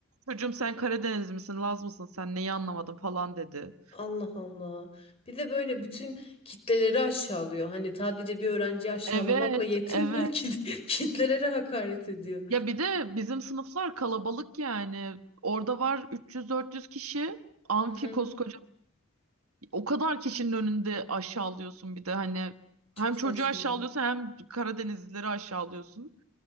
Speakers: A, on the right; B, on the left.
A: Çocuğum sen Karadeniz misin, Laz mısın sen neyi anlamadın falan dedi.
B: Allah Allah. Bir de böyle bütün kitleleri aşağılıyor. Hani sadece bir öğrenciyi aşağılamakla
A: Evet,
B: yetinmiyor
A: evet.
B: ki <laughs> kitlelere hakaret ediyor.
A: Ya bir de bizim sınıflar kalabalık yani. Orada var 300-400 kişi. Amfi
B: Hı hı.
A: koskoca. O kadar kişinin önünde aşağılıyorsun bir de hani.
B: Çok
A: Hem
B: saçma.
A: çocuğu aşağılıyorsun hem Karadenizlileri aşağılıyorsun.